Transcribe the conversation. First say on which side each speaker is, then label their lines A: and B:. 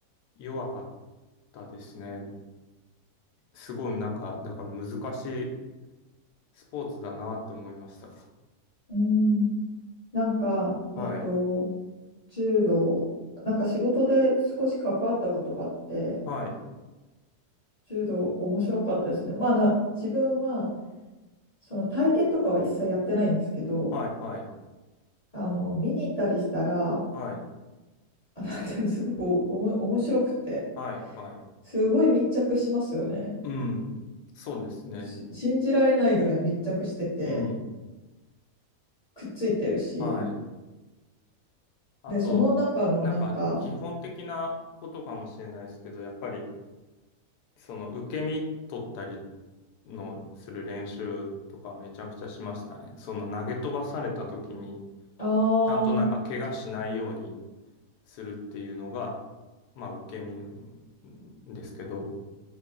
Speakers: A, on the left; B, on the left.
A: 弱かったですね。すごいなんか、だから難しいスポーツだなって思いました。
B: うん、なんか、
A: はい。
B: えっと、柔道、なんか仕事で少し関わったことがあって、
A: はい。
B: 柔道面白かったですね。まあ、あの、自分は、その体験とかは一切やってないんですけど、
A: はい。はい。
B: あの、見に行ったりしたら、
A: はい。
B: あなんていうのすごくおも面白くて、
A: はい。はい。
B: すごい密着しますよね。
A: うん。そうですね。
B: し信じられないぐらい密着してて、
A: うん。
B: くっついてるし、
A: はい。あと、
B: で、その中のなんか、
A: なんか、基本的なことかもしれないですけど、やっぱり、その、受け身取ったりの、する練習とかめちゃくちゃしましたね。その、投げ飛ばされた時に、
B: ああ
A: ちゃんとなんか、怪我しないようにするっていうのが、まあ、受け身なんですけど、